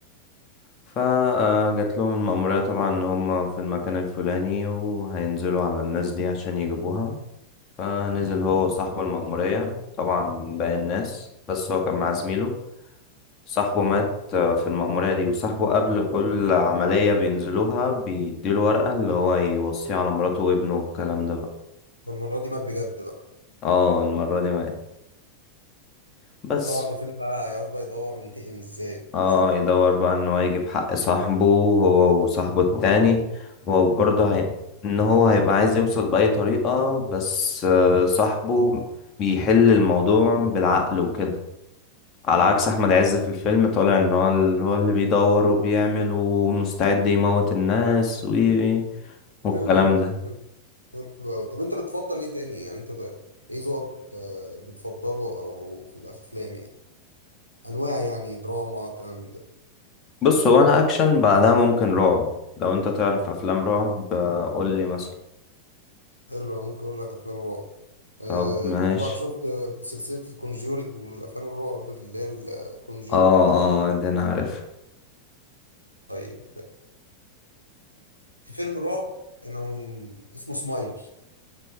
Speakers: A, on the left; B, on the left.
A: فجات لهم المأمورية طبعا ان هم في المكان الفلاني وهينزلوا على الناس دي عشان يجيبوها فنزل هو صاحب المأمورية طبعا من باقي الناس بس هو كان مع زميله صاحبه مات آه، في المأمورية دي وصاحبه قبل كل عملية بينزلوها بيديله ورقة اللي هو يوصيه على مراته وابنه والكلام ده بقى
B: المره دي مات بجد بقى
A: اه المرة دي مات بس
B: فطبعا الفيلم بقى هيقعد بقى يدور ينتقم ازاي
A: اه
B: صح
A: يدور بقى ان هو يجيب حق صاحبه هو وصاحبه التاني وبرضه هي... ان هو هيبقى عايز يوصل بأي طريقة بس آه، صاحبه بيحل الموضوع بالعقل وكده على عكس احمد عز في الفيلم طالع ان هو اللي هو اللي بيدور وبيعمل ومستعد يموت الناس و... والكلام
B: حلو قوي
A: ده
B: حلو حلو قوي طب انت بتفضل ايه تاني يعني انت بت- ايه ذوقك آه، بتفضله او في الافلام يعني انواع يعني دراما كلام من ده
A: بص هو انا اكشن بعدها ممكن رعب لو انت تعرف افلام رعب آه، قول لي مثلا
B: حلو انا ممكن اقول لك افلام رعب آه،
A: طب ماشي
B: انت طبعا شفت آه، سلسله الكونجورينج والافلام الرعب اللي هي الكونجورينج
A: اه اه ده انا عارف
B: كده في فيلم رعب انا م- اسمه سمايل